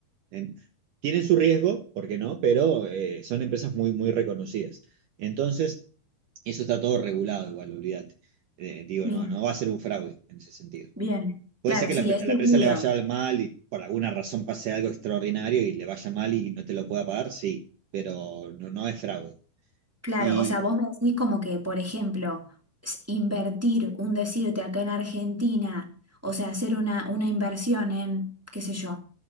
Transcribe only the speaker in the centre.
Bien,
bien.
Claro,
sí,
es seguro.
Claro,
o sea, vos me decís como que, por ejemplo, s- invertir, un decirte acá en Argentina, o sea, hacer una, una inversión en, qué sé yo,